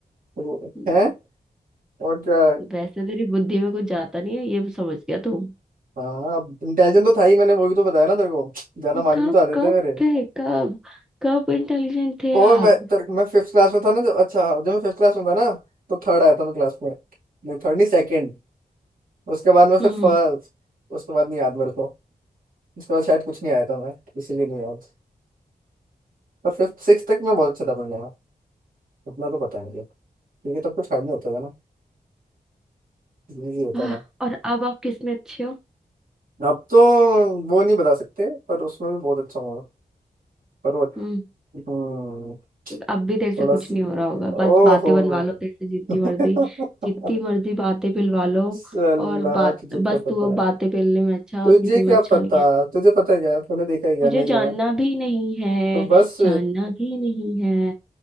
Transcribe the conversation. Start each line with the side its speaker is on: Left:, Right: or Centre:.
Right: वो-
Centre: हम्म,
Right: है और क्या
Centre: वैसे तेरी बुद्धि में कुछ जाता नहीं है ये भी समझ गया तू
Right: हाँ इंटेलिजेंट तो था ही मैंने वो भी तो बताया ना तेरे को ज्यादा मार्क्स
Centre: कब
Right: भी तो आते
Centre: कब
Right: थे मेरे
Centre: थे कब कब इंटेलिजेंट थे
Right: ओ
Centre: आप
Right: मैं तर, मैं फिफ्थ क्लास में था ना जब अच्छा जब मैं फिफ्थ क्लास में था ना तो थर्ड आया था मैं क्लास में नहीं थर्ड नहीं सेकंड उसके बाद में फिर
Centre: हम्म
Right: फ- उसके बाद नहीं याद मेरे को उसके बाद शायद कुछ नहीं आया था मैं इसीलिए नहीं याद पर फिफ्थ सिक्स तक मैं बहुत अच्छा था पढ़ने में उतना तो पता नहीं है क्योंकि तब कुछ हार्ड नहीं होता था ना इजी होता
Centre: आह,
Right: था
Centre: और अब आप किस में अच्छे हो
Right: अब तो वो नहीं बता सकते पर उसमें भी बहुत अच्छा हुआ पर वो
Centre: हम्म
Right: हम्म,
Centre: अब भी तेरे
Right: थोड़ा
Centre: से कुछ
Right: सी
Centre: नहीं हो रहा होगा बस
Right: ओहो
Centre: बातें बनवा लो तेरे से जितनी
Right: <laughs>
Centre: मर्जी जितनी मर्जी बातें पिलवा लो
Right: सला
Centre: और बात
Right: तुझे
Centre: बस
Right: क्या पता
Centre: तू अब
Right: है
Centre: बातें पेलने में अच्छा
Right: तुझे
Centre: और किसी
Right: क्या
Centre: में अच्छा
Right: पता
Centre: नहीं है
Right: तुझे पता है क्या तूने देखा है क्या
Centre: मुझे
Right: नहीं
Centre: जानना
Right: ना
Centre: भी नहीं है
Right: तो बस
Centre: जानना भी नहीं है